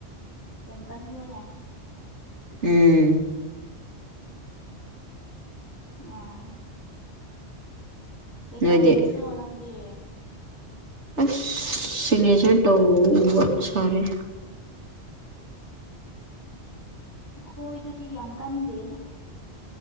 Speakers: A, on the left; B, on the right.
A: ꯌꯥꯝ ꯀꯟꯕ꯭ꯔꯣꯅꯦ
B: ꯎꯨꯝ
A: ꯑꯣ ꯀꯩꯗꯧꯔꯝꯃꯤꯅꯣ
B: ꯅꯣꯏꯗꯤ
A: ꯅꯪꯗꯤ
B: ꯑꯁ ꯁꯤꯒꯅꯦꯁꯔ ꯇꯧꯕ ꯁꯥꯔꯦ
A: ꯑꯩꯈꯣꯏꯗꯗꯤ ꯌꯥꯝ ꯀꯟꯗꯦꯗ